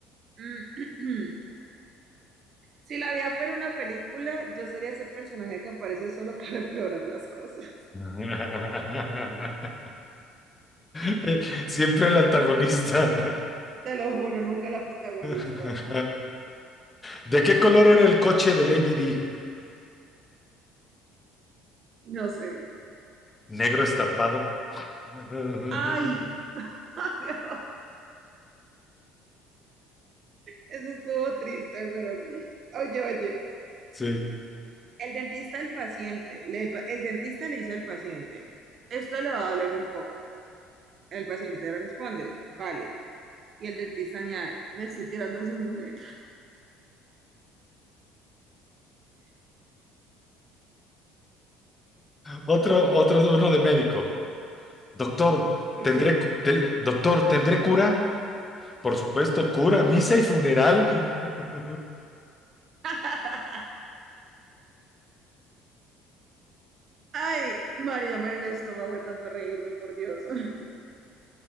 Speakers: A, on the right; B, on the left.
A: Mm, <clears throat> Si la vida fuera una película, yo sería ese personaje que aparece solo <laughs> para empeorar las cosas.
B: <laughs> <laughs> Siempre el antagonista.
A: Te lo juro, nunca la protagonista.
B: <laughs> ¿De qué color era el coche de Lady D?
A: No sé.
B: Negro estampado. <laughs>
A: Ay, <laughs> ay, no. Eso estuvo triste, pero sí. Oye, oye.
B: Sí.
A: El dentista al paciente. le- el dentista le dice al paciente, esto le va a doler un poco. El paciente responde, vale. Y el dentista añade, me estoy tirando a su mujer. <laughs>
B: Otro, otro, uno de médico. Doctor,
A: Ok.
B: ¿tendré, cu- te- doctor, ¿tendré cura? Por supuesto, cura, misa y funeral. <laughs>
A: <laughs> Ay, María, ya el estómago de tanto reírme, por Dios. <laughs>